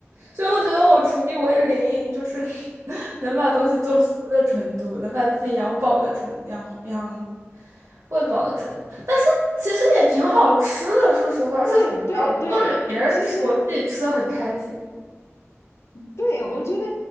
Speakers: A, on the right; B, on the left.
A: 所以我觉得我厨艺为零，
B: 哦
A: 就是 <laughs> 能把东西做熟的程度，能把自己养饱的程养养喂饱的程度，但是其实也挺好吃的，说实话，
B: 对对对，
A: 说实话，我做给别人吃，
B: 其实
A: 我自己吃的很开心。
B: 对我觉得